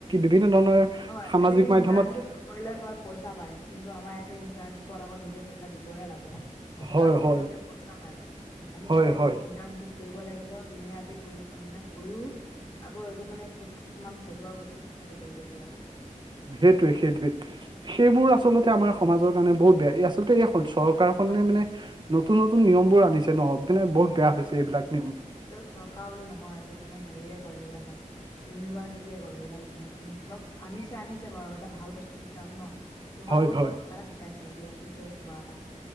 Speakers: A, on the right; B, on the left.
A: বিভিন্ন ধৰণৰ
B: হয়
A: সামাজিক
B: এনেই
A: মাধ্যমত
B: ইণ্টাৰ্ণশ্বিপ কৰিলে হয় পইচা পায়, কিন্তু আমাৰ এইটো ইন্টাৰ্ণশ্বিপত আকৌ নিজে পইচা দিবহে লাগে। ইণ্টাৰ্ণশ্বিপ
A: হয় হয়
B: কৰিলে পইচা পায়। আমি
A: হয়
B: আকৌ এই
A: হয়
B: ইন্টাৰ্ণৰ্শ্বিপ কৰিব লাগিব দিনে ৰাতি গৈ মানে গৈয়ো আকৌ একো মানে ফু কিছুমান ফটুৱা বস্তু টো শিকিব লাগিব দিয়া।
A: সেইটোৱে সেইটোৱে সেইবোৰ আচলতে আমাৰ সমাজৰ কাৰণে বহুত বেয়া। এই আচলতে এই চৰ কাৰখনে
B: হয় দিয়া
A: মানে নতুন নতুন নিয়মবোৰ আনিছে ন মনে বহুত বেয়া হৈছে এইবিলাক নিয়ম।
B: এই চৰকাৰ বুলি নহয় এইটো মানে হেৰিয়ে কৰে এইবিলাকত ইউনিভাৰ্চিটিয়ে কৰে এইবিলাক য অলপ আনিছে আনিছে বাৰু এটা ভাল বস্তু শিকাৱক ন। তোমালোকক
A: হয় হয়
B: বাৰু কিবা এটা শিকাইছে দিয়াচোন তেওঁ কিবা এটা।